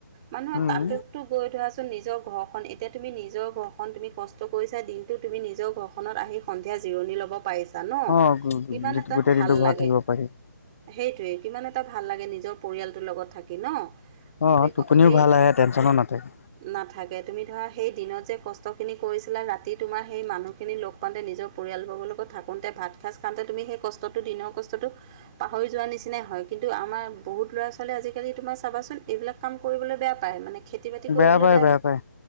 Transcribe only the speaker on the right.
মানুহৰ
তাতোকতো গৈ ধৰাচোন নিজৰ ঘৰখন এতিয়া তুমি নিজৰ ঘৰ খন তুমি কষ্ট কৰিছা দিনটো তুমি নিজৰ ঘৰখনত আহি সন্ধিয়া জিৰণি ল'ব পাৰিছা ন
কিমান এটা
ভাল
লাগে
সেইটোৱে কিমান এটা ভাল লাগে নিজৰ পৰিয়ালটোৰ লগত থাকি ন
তুমি
সেই
নাথাকে তুমি ধৰা সেই দিনত যে কচ কষ্টখিনি কৰিছিলা ৰাতি তোমাৰ সেই মানুহখিনি লগ পাওঁতে নিজৰ পৰিয়ালবৰ্গৰ লগত থাকোঁতে ভাত সাজ খাওঁতে তুমি সেই কষ্টটো দিনৰ কষ্টটো পাহৰি যোৱাৰ নিচিনাই হয় কিন্তু আমাৰ বহুত ল'ৰা-ছোৱালী আজিকালি তোমাৰ চাবাচোন এইবিলাক কাম কৰিবলৈ বেয়া পায় মানে। খেতি বাতি কৰিবলৈ